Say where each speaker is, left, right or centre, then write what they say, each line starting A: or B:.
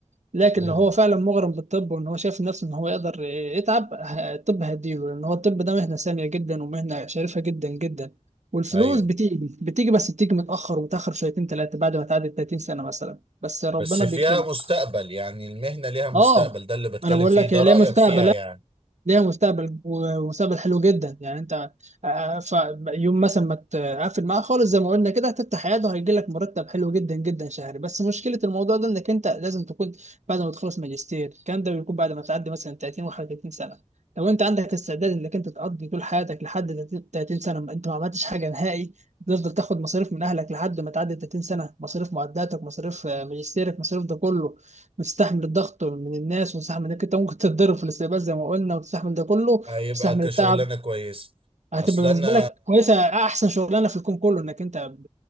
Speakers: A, on the right; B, on the right.
A: لكن
B: امم
A: لو هو فعلا مغرم بالطب وان هو شايف نفسه ان هو يقدر يتعب ه- الطب هيديله لان هو الطب ده مهنه ساميه جدا ومهنه شريفه جدا جدا والفلوس
B: ايوه
A: بتيجي بتيجي بس بتيجي متاخر وتاخر شويتين ثلاثه بعد ما تعدي 30 سنه مثلا بس ربنا
B: بس فيها
A: بيكرمك
B: مستقبل يعني المهنة ليها مستقبل
A: اه
B: ده اللي بتكلم
A: انا بقول
B: فيه
A: لك
B: ده
A: هي
B: رأيك
A: ليها مستقبل
B: فيها يعني
A: ليها مستقبل ومستقبل حلو جدا يعني انت آه، آه، ف يوم مثلا ما تقفل معاه خالص زي ما قلنا كده هتفتح عياده وهيجي لك مرتب حلو جدا جدا شهري بس مشكله الموضوع ده انك انت لازم تكون بعد ما تخلص ماجستير الكلام ده بيكون بعد ما تعدي مثلا 30 و31 سنه لو انت عندك استعداد انك انت تقضي طول حياتك لحد 30 سنه ما انت ما عملتش حاجه نهائي تفضل تاخد مصاريف من اهلك لحد ما تعدي 30 سنه مصاريف معداتك مصاريف آه، ماجستيرك مصاريف ده كله وتستحمل الضغط من الناس وتستحمل انك انت ممكن تتضرب في الاستقبال زي ما قلنا وتستحمل ده كله
B: هيبقى
A: وتستحمل
B: كشغلانة
A: التعب
B: كويس
A: هتبقى
B: اصل
A: بالنسبه
B: انا
A: لك كويسه احسن شغلانه في الكون كله انك انت ب-